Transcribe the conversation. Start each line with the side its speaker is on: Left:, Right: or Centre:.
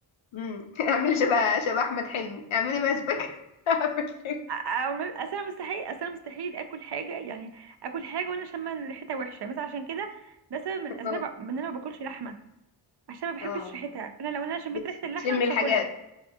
Left: امم <laughs> اعملي شبه شبه احمد حلمي اعملي مشبك <laughs> في الفيلم.
Right: أعمل- اصل انا مستحيل اصل انا مستحيل اكل حاجه يعني اكل حاجه وانا شامه إن ريحتها وحشه مثلا عشان كده ده سبب من اسباب
Left: اه
Right: ان انا ما باكلش لحمه عشان ما بحبش
Left: اه
Right: ريحتها انا لو انا شميت
Left: بت-
Right: ريحه اللحمه
Left: بتشمي
Right: مش
Left: الحاجة
Right: هاكلها